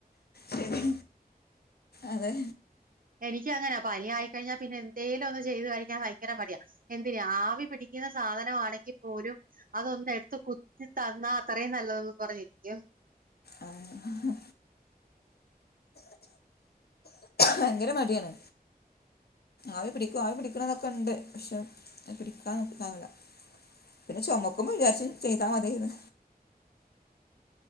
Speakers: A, on the left; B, on the right.
A: ശരി അതെ
B: എനിക്ക് അങ്ങനാ പനി ആയിക്കഴിഞ്ഞാ പിന്നെ എന്തേലും ഒന്ന് ചെയ്ത് കഴിക്കാൻ വയ് ങ്കര മടിയാ എന്തിന് ആവി പിടിക്കുന്ന സാധനവാണെങ്കി പോലും അതൊന്ന് എട്ത്ത് കുത്തി തന്നാ അത്രയും നല്ലതെന്ന് പറഞ്ഞിരിക്ക്യും
A: ആഹ് ഭയങ്കര മടിയാണ് ആവി പിടിക്കും ആവി പിടിക്കണം ന്നൊക്കെ ഇണ്ട് പക്ഷെ അത് പിടിക്കാൻ നോക്കി ഇണ്ടാവില്ല പിന്നെ ചൊമക്കുമ്പൊ വിചാര്ച്ചും ചെയ്താ മത്യേയ്ന്ന്